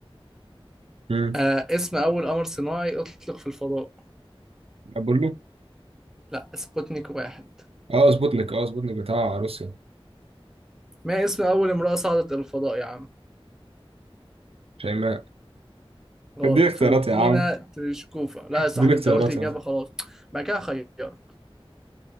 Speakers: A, on the right; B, in the centre.
A: مم.
B: آه اسم أول قمر صناعي أطلق في الفضاء
A: أقول له
B: لا سبوتنيك واحد
A: أه سبوتنيك أه سبوتنيك بتاع روسيا
B: ما اسم أول امرأة صعدت إلى الفضاء يا عم
A: شيماء
B: غلط
A: دي اختيارات
B: فالنتينا
A: يا عم
B: تريشكوفا لا يا صاحبي
A: دي اختيارات
B: أنت قلت إجابة
A: يا عم
B: خلاص بعد كده خيرك